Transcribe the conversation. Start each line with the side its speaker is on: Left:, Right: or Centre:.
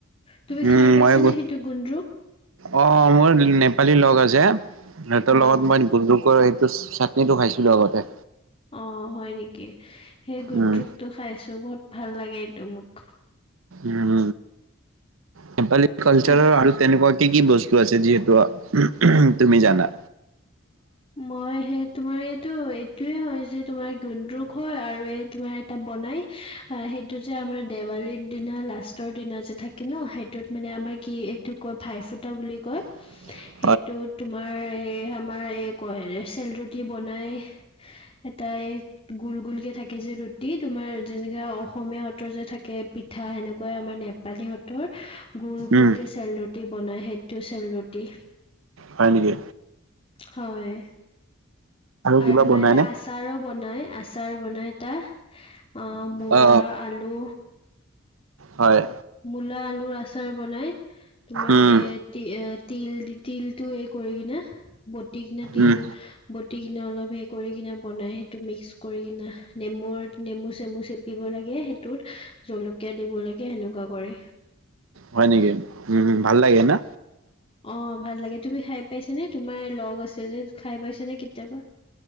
Left: তুমি
Right: উম
Left: খাই পাইছানে
Right: মই গো
Left: সেইটো গুন্দ্ৰুক?
Right: অ মোৰ নেপালী লগ আছে। সিহঁতৰ
Left: অ'।
Right: লগত মই গুকৰ সটো চাটনিটো খাইছিলো আগত
Left: অ', হয় নেকি, সেই গুন্ত্ৰুকটো
Right: উম
Left: খাইছো বহুত ভাল লাগে এইটো মোক
Right: উম, নেপালী কালচাৰৰ
Left: আজি
Right: আৰু তেনেকুৱা কি কি বস্ত আছে যিহেতু তুমি জানা
Left: মই সেই তোমাৰ এইটো, এইটোয়ে হয় যে তোমাৰ গুন্দুক হয় আৰু এই তুমাৰ এটা বনাই, সেইটো যে আমাৰ দেৱালীৰ দিনা লাষ্টৰ দিনা যে থাকে কি ন সেইটোত মানে আমাৰ কি এইটো কয় ভাই ফুটা বুলি কয়
Right: <unintelligible>
Left: সেইটোত তোমাৰ, এই আমাৰ এই কয়, ৰেচেল ৰুটি বনাই এটা এই গোল গোলকে থাকে যে ৰুটি তোমাৰ যেনেকা অসমীয়া হতৰ যে থাকে পিঠা, সেনেকুৱাই আমাৰ নেপালীহঁতৰ গোল গোলকে
Right: উম
Left: চেল ৰুটি বনাই, সেইটো চেল ৰুটি
Right: হয় নেকি
Left: হয়,
Right: কিবা
Left: আৰু তোমাৰ
Right: বনাইনে
Left: এটা আ আচাৰো বনায়, আচাৰ বনাই এটা অ মূলা
Right: অ
Left: আলু
Right: হয়
Left: মূলা আলুৰ আচাৰ বনাই, তোমাৰ
Right: উম
Left: এ তি এ তিল তিলটো এই কৰি কিনে, বতি কিনে তিল
Right: উম
Left: বটি কিনে অলপ হে কৰি কিনে বনাই সেইটো মিক্স কৰি কিনে, নেমুৰ নেমু - চেমু চে দিব লাগে সেইটোত জলকীয়া দিব লাগে সেনেকুৱা কৰে।
Right: হয় নেকি, উম, ভাল লাগে না?
Left: অ', ভাল লাগে, তুমি খাই পাইছ নে তোমাৰ লগ আছে যে খাই পাইছ নে কেতিয়াবা?